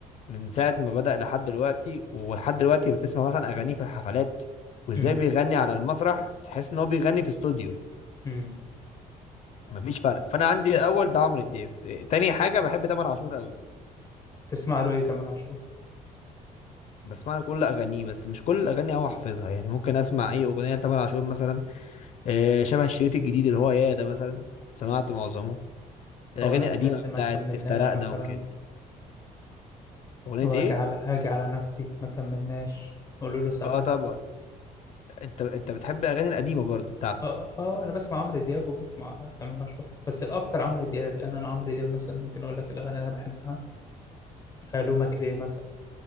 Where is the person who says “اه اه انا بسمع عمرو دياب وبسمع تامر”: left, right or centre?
Left